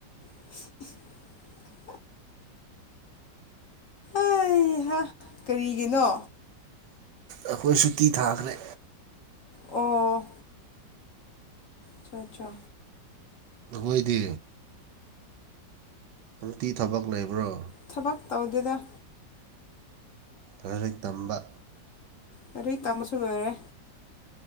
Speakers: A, on the left (about 60°); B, on the right (about 75°).
A: <inaudible> ꯑꯩ ꯀꯔꯤꯒꯤꯅꯣ
B: ꯑꯩꯈꯣꯏ ꯁꯨꯇꯤ ꯊꯥꯈ꯭ꯔꯦ꯫
A: ꯑꯣ ꯑꯆꯥ ꯑꯆꯥ
B: ꯑꯩꯈꯣꯏꯗꯤ ꯅꯪꯗꯤ ꯊꯕꯛ ꯂꯩꯕ꯭ꯔꯣ꯫
A: ꯊꯕꯛ ꯇꯧꯗꯦꯗ
B: ꯂꯥꯏꯔꯤꯛ ꯇꯝꯕ
A: ꯂꯥꯏꯔꯦꯛ ꯇꯝꯕꯁꯨ ꯂꯣꯏꯔꯦ꯫